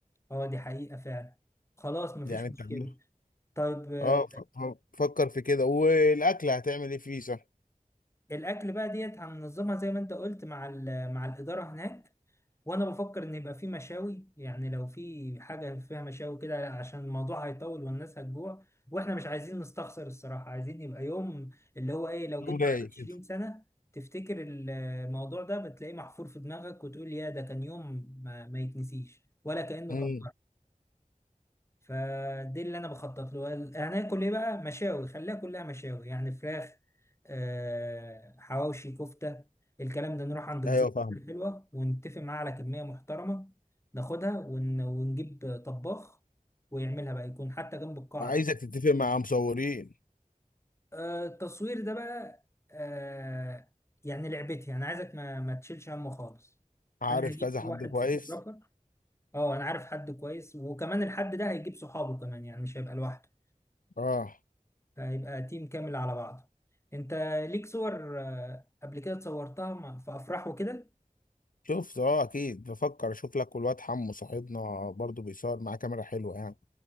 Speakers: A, on the left; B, on the left.
A: اه دي حقيقة فعلا خلاص مفيش
B: يعني انت
A: مشكلة
B: عاملها
A: طيب آه،
B: اه ف- ف- فكر في كده والاكل هتعمل ايه فيه صح
A: الاكل بقى ديت هننظمها زي ما انت قلت مع ال- مع الإدارة هناك وانا بفكر ان يبقى في مشاوي يعني لو في حاجه فيها مشاوي كده عشان الموضوع هيطول والناس هتجوع واحنا مش عايزين نستخسر الصراحه عايزين يبقى يوم اللي هو ايه لو
B: يوم
A: جيت
B: رايق
A: بعد
B: كده
A: 20 سنه تفتكر الموضوع ده بتلاقيه محفور في دماغك وتقول يا ده كان يوم ما, ما يتنسيش ولا كانه
B: امم
A: كان فدي اللي انا بخطط له ال- هناكل ايه بقى مشاوي خليها كلها مشاوي يعني فراخ آه، حواوشي كفته الكلام ده نروح عند جزار
B: ايوه فاهم
A: أكل حلوه ونتفق معاه على كميه محترمه ناخدها ون- ونجيب طباخ ويعملها بقى يكون حتى جنب القاعه
B: عايزك
A: كده
B: تتفق مع مصورين
A: آه، التصوير ده بقى آه، يعني لعبتي انا عايزك ما, ما تشيلش همه خالص
B: عارف
A: انا هجيب
B: كذا حد
A: واحد
B: كويس
A: فوتوغرافر اه انا عارف حد كويس وكمان الحد ده هيجيب صحابه كمان يعني مش هيبقى لوحده
B: اه
A: فهيبقى تيم كامل على بعضه انت ليك صور آه، قبل كده صورتها مع- في افراح وكده
B: شفت اه اكيد بفكر اشوف لك والواد حمو صاحبنا برضو بيصور معاه كاميرا حلوه يعني